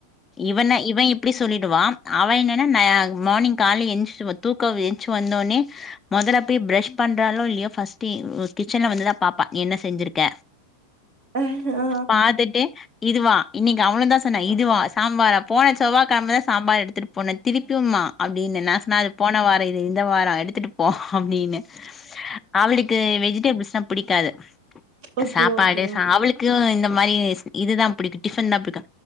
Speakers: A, on the left; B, on the right.
A: இவன இவ இப்டி சொ சொல்லிடுவா அவ என்னன்னா நா மார்னிங் கால்ல ஏஞ்சு தூக்கம் ஏஞ்சு வந்தோனே மொதல போய் பிரஷ் பண்றாலோ இல்லயோ பர்ஸ்ட்டு இவ் கிச்சன்ல வந்து தா பாப்பா என்ன செஞ்சிருக்க
B: ஆ
A: பாத்துட்டு இதுவா இன்னிக்கு அவளு தா சொன்னா இதுவா சாம்பாரா போன செவ்வா கெழம தா சாம்பார் எடுத்தட்டு போனே திருப்பியும்மா அப்டின்ன நா சொன்னாரு போன வாரோ இது இந்த வாரோ எடுத்துட்டு போ அப்டின்னு அவளுக்கு வெஜிடேபிள்ஸ்னா புடிக்காது
B: ஓகே
A: சாப்பாடு
B: ஓகே
A: சா
B: ஓகே.
A: அவளுக்கு இந் மாரி இது தா புடிக்கு டிபன் தா புடிக்கு